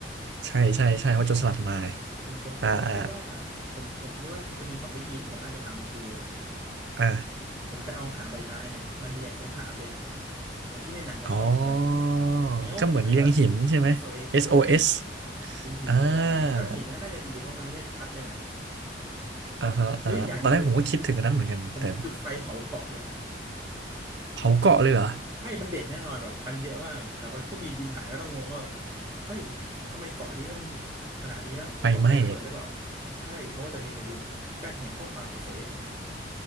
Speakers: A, on the right; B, on the right.
A: ใช่ใช่ใช่เพราะโจรสลัดมา
B: ส่วนส่วนผมผมคิดว่า
A: อ่าอ่า
B: ผมผมคิดว่ามันจะมีสองวิธีที่ผมน่าจะทำคือ
A: อ่า
B: ผมจะเอาหางใบไม้เนี่ยมันเรียงตรงหาดเลยเหมือนที่ในหนังเขาชอบทำกัน
A: อ๋อ
B: เฮลไม่ก็
A: ก็เหมือนเลียงหินใช่ไหม
B: XOX
A: SOS
B: ใช่
A: อสโอเอส
B: เป็นหินเป็นใบไม้ครับแต่ว่าหินนั้นก็น่าจะดีเพราะมันไม่ได้พัดไปไหน
A: อ่าอ่าฮะอ่าตอนแรกผมก็คิดถึงอันนั้นเหมือนกัน
B: หรืออีกอย่างหนึ่งคือผมจะจุดไฟเผาเกาะเลย
A: แต่เผาเกาะเลยเหรอ
B: ใช่มันเด่นแน่นอนแบบควันเยอะมากแบบว่าเครื่องบินบินผ่านก็ต้องงงว่าแบบเฮ้ยทำไมเกาะนี้มันขนาดนี้แล้วภูเขาไฟระเบิดหรือเปล่า
A: ไฟไหม้
B: ใช่เขาก็จะบินมาดูก็จะเห็นข้อความเอ o s อเอสอย่างเงี้ย